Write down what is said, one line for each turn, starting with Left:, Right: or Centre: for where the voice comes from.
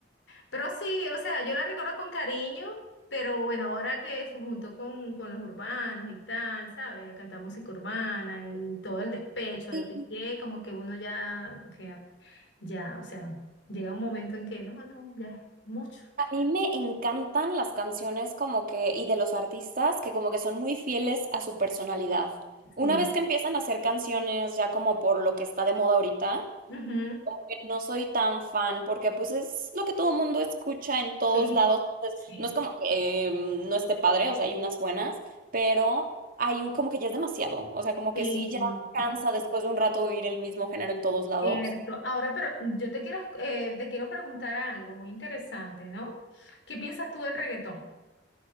Left: Pero sí, o sea, yo la recuerdo con cariño, pero bueno, ahora que se juntó con, con los urbanos y tal, ¿sabes? A cantar música urbana y todo el despecho
Right: Sí.
Left: de Piqué, como que uno ya, o sea, ya, o sea, llega un momento en que no, no, ya, mucho.
Right: A mí me encantan las canciones como que, y de los artistas que como que son muy fieles a su personalidad. Una
Left: Sí.
Right: vez que empiezan a hacer canciones ya como por lo que está de moda ahorita,
Left: Ujú,
Right: como que no soy tan fan porque pues es lo que todo el mundo escucha en todos
Left: sí,
Right: lados. Entonces,
Left: Sí.
Right: no es como que eh, no esté padre, o sea, hay unas buenas, pero hay un como que ya es demasiado. O sea, como
Left: sí,
Right: que sí ya cansa después de un rato oír el mismo género en todos lados.
Left: cierto. Ahora, pero yo te quiero, eh, te quiero preguntar algo muy interesante, ¿no? ¿Qué piensas tú del reggaetón?